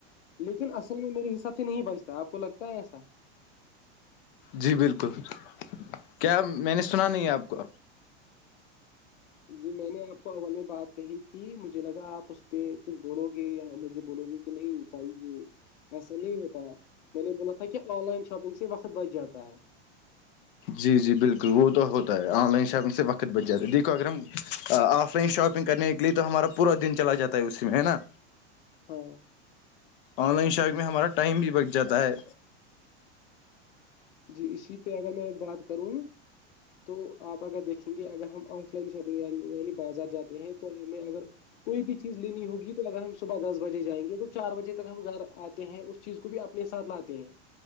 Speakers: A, on the left; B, on the left.
A: لیکن اصل میں میرے حساب سے نہیں بچتا آپ کو لگتا ہے ایسا
B: جی بالکل کیا میں نے سنا
A: جی
B: نہیں ہے آپ کو
A: جی میں نے آپ کو اول میں بات کہی تھی مجھے لگا آپ اس پہ کچھ بولو گے یا مجھے بولو گے کہ نہیں بھائی ایسا نہیں ہوتا میں نے بولا تھا کہ آن لائن شاپنگ سے وقت بچ جاتا ہے
B: جی جی بالکل وہ تو ہوتا ہے آن لائن شاپنگ سے وقت بچ جاتا ہے دیکھو اگر ہم آف لائن شاپنگ کرنے کے لیے تو ہمارا پورا دن چلا جاتا ہے اس میں ہے نا
A: <inaudible> ہاں
B: آن لائن شاپ میں ہمارا ٹائم بھی بچ جاتا ہے
A: جی اسی پہ اگر میں بات کروں تو آپ اگر دیکھیں گے اگر ہم آن لائن شاپنگ یعنی بازار جاتے ہیں تو ہمیں اگر کوئی بھی چیز لینی ہوگی تو اگر ہم صبح دس بجے جائیں گے تو چار بجے تک ہم گھر آ ہیں اس چیز کو بھی اپنے ساتھ لاتے ہیں